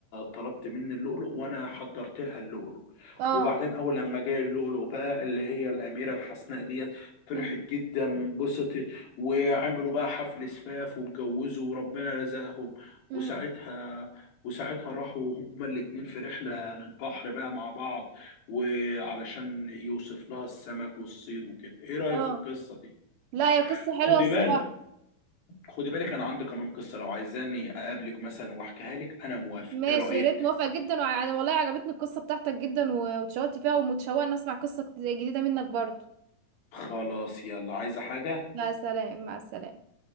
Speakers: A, on the left; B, on the right.
A: طلبت مني اللؤلؤ وأنا حضرت لها اللؤلؤ
B: اه
A: وبعدين أول لما جاي اللؤلؤ بقى اللي هي الأميرة الحسناء ديت فرحت
B: امم
A: جدا وانبسطت وعملوا بقى حفل زفاف واتجوزوا وربنا رزقهم
B: امم
A: وساعتها وساعتها راحوا هما الاتنين في رحلة للبحر بقى مع بعض وعلشان يوصف لها السمك والصيد وكده ايه رأيك
B: اه
A: في القصة دي
B: لا يا قصه
A: خدي
B: حلوه الصراحه
A: بالك خدي بالك انا عندي كمان قصه لو عايزاني اقابلك مثلا واحكيها لك انا موافق
B: ماشي
A: ايه رايك
B: يا ريت موافقه جدا وانا والله عجبتني القصه بتاعتك جدا و- واتشوقت فيها ومتشوقه ان اسمع قصه جديده منك برضه
A: خلاص يلا عايزه حاجه
B: لا سلام مع السلامة